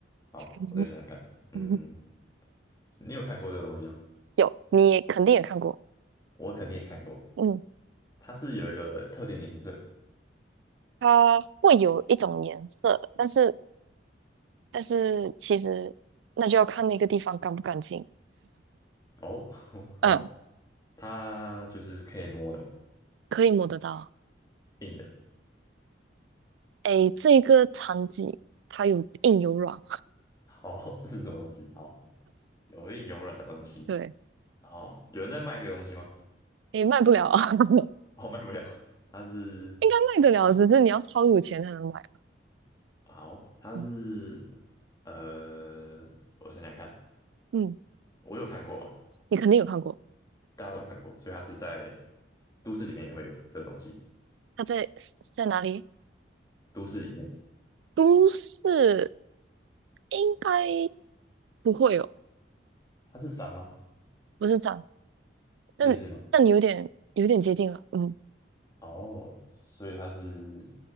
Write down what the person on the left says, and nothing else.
好，
我再想想看。嗯，
你有看过这个东西吗？
我肯定也看过，
它是有一个特定的颜色。
哦，<laughs> 好，
它就是可以摸的嘛，
硬的。
哦，<laughs> 这是什么东西？好，有硬有软的东西。
好，有人在卖这个东西吗？
哦，卖不了，它是。
啊。
好，它是
呃，我想想看，
我有看过嘛，
大家都有看过，所以它是在都市里面也会有这个东西。
都市里面，
它是山吗？
类似吗？
哦，所以它是